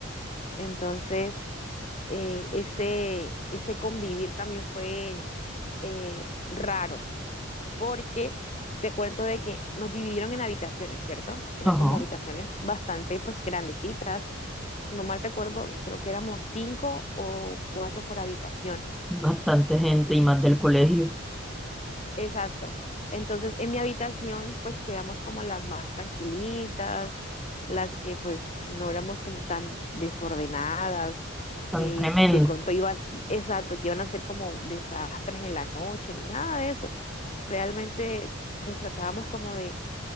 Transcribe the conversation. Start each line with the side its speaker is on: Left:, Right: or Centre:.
Left: Entonces, eh, ese, ese convivir también fue eh, raro, porque te cuento de que nos dividieron en habitaciones, ¿cierto? Eran
Centre: Ajá.
Left: como habitaciones bastante, pues, grandecitas. Si no mal recuerdo, creo que éramos cinco o cuatro por habitación.
Centre: Bastante gente y más del colegio.
Left: Exacto. Entonces, en mi habitación, pues quedamos como las más tranquilitas, las que pues no éramos como tan desordenadas, que
Centre: Tan tremendo.
Left: de pronto iban, exacto, que iban a ser como desastres en la noche, ni nada de eso. Realmente, pues tratábamos como de,